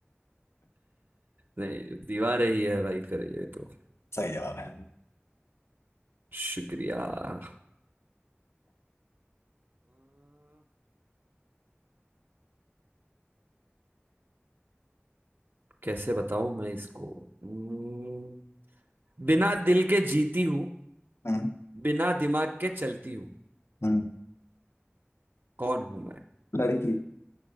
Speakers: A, on the right (about 50°); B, on the left (about 80°).
A: नहीं दीवारें ही है भाई फिर ये तो
B: सही जवाब है
A: शुक्रिया अ, कैसे बताऊं मैं इसको हम्म, बिना दिल के जीती हूँ
B: हम्म
A: बिना दिमाग के चलती हूँ
B: हम्म
A: कौन हूं मैं
B: लड़की